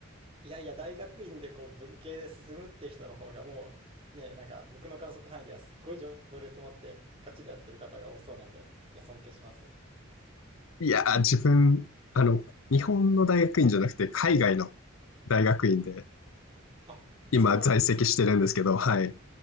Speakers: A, on the right; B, on the left.
A: いやいや、大学院でこう文系で進むって人の方がもうね、なんか僕の観測範囲ではすっごい情熱持ってガチでやってる方が多そうなんで、いや、尊敬します。
B: いやー、自分、あの、日本の大学院じゃなくて海外の大学院で
A: あ、そうなんですね。
B: 今在籍してるんですけど、はい。